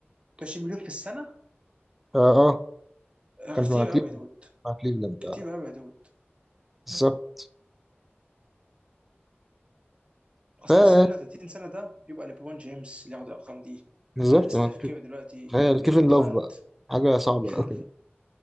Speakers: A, on the right; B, in the centre.
A: 20 مليون في السنه
B: آه, آه
A: آه،
B: كان
A: كتير
B: مع كليفلاند
A: قوي يا دود
B: مع كليفلاند
A: كتير
B: آه
A: قوي يا دود
B: بالظبط
A: اصل
B: فا
A: السن 30 سنه ده بيبقى ليبرون جيمس اللي ياخد الارقام دي
B: بالظبط
A: آه، ستيف
B: مع كليف-
A: كيري دلوقتي
B: تخيل كيفن
A: كيفن دورانت
B: لوف بقى حاجة صعبة
A: <laughs>
B: أوي